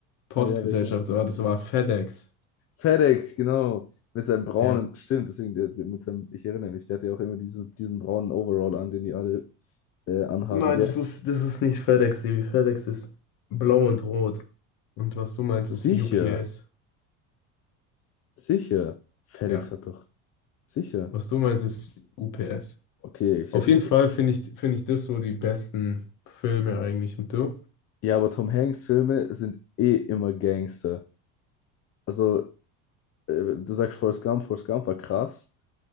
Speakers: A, on the left; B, on the left.
A: Postgesellschaft
B: Ah ja, welche?
A: war, das war FedEx.
B: FedEx, genau. Mit seinem braunen,
A: Ja.
B: stimmt, deswegen, der, der, mit seinem, ich erinnere mich, der hatte ja auch immer diesen, diesen braunen Overall an, den die alle äh, anhaben,
A: Nein,
B: gell?
A: das ist, das ist nicht FedEx, Sebi. FedEx ist blau und rot. Und was du meinst,
B: Sicher,
A: ist UPS.
B: sicher. FedEx
A: Ja,
B: hat doch, sicher.
A: was du meinst, ist UPS.
B: Okay, ich
A: Auf
B: hätte
A: jeden
B: jetzt
A: Fall finde ich, finde ich das so die besten Filme eigentlich. Und du?
B: Ja, aber Tom Hanks Filme sind eh immer Gangster. Also, äh, du sagst Forrest Gump, Forrest Gump war krass,